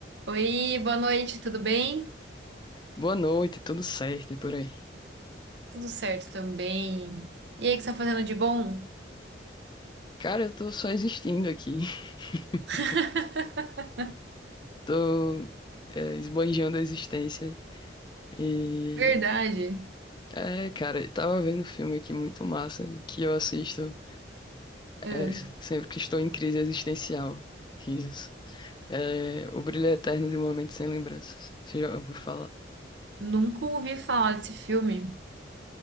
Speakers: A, on the right (about 70°); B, on the left (about 25°).
A: Oi, boa noite, tudo bem?
B: Boa noite, tudo certo e por aí?
A: Tudo certo também. E aí, o que você tá fazendo de bom?
B: Cara, eu tô só existindo aqui. <laughs>
A: <laughs>
B: Tô é, esbanjando a existência. E.
A: Verdade.
B: É, cara, eu tava vendo um filme aqui muito massa que eu assisto
A: É,
B: é, sempre que estou em crise existencial. Risos. É, O Brilho Eterno de um Momento Sem Lembranças. Você já ouviu falar?
A: nunca ouvi falar desse filme.